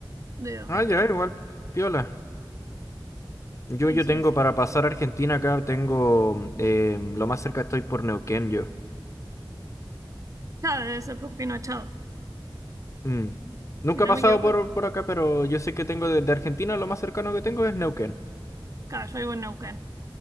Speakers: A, on the right; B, on the left.
A: de donde
B: Ah,
A: estoy.
B: ya, igual, piola. Yo,
A: Sí,
B: yo
A: sí,
B: tengo
A: sí.
B: para pasar a Argentina acá, tengo mm, eh, lo más cerca estoy por Neuquén, yo.
A: Claro, debe ser por Pinochado.
B: Mm. Nunca
A: si no
B: he pasado
A: me equivoco,
B: por, por acá, pero yo sé que tengo desde Argentina, lo más cercano que tengo es Neuquén.
A: claro, yo vivo en Neuquén.